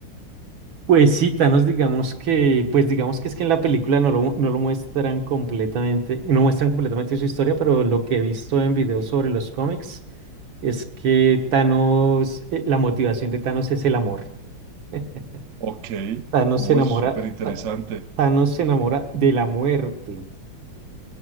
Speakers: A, on the right; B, on the right.
A: Pues sí, Thanos, digamos que, pues digamos que es que en la película no lo, no lo muestran completamente, no muestran completamente su historia, pero lo que he visto en videos sobre los cómics es que Thanos, eh, la motivación de Thanos es el amor. <laughs>
B: Ok,
A: Thanos
B: uy,
A: se enamora,
B: súper interesante.
A: Thanos se enamora de la muerte.